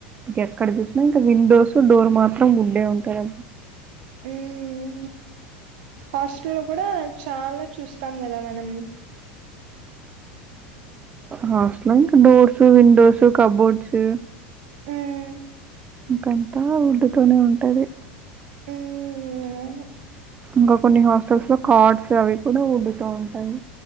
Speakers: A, on the right (about 25°); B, on the right (about 60°).
A: ఎక్కడ చూసినా ఇంకా విండోస్, డోర్ మాత్రం ఉడ్ ఉంటాయి.
B: మ్ హాస్టల్ లో కూడా చాలా చూస్తాం కదా మనం.
A: హాస్టల్ అంటే డోర్సు, విండోస్, కబోర్డ్స్
B: మ్మ్
A: ఇంకంతా ఉడ్ తోనే ఉంటాది.
B: మ్మ్
A: ఇంకా కొన్ని హాస్టల్స్ లో కాట్స్ అవి కూడా ఉడ్ తో ఉంటాయి.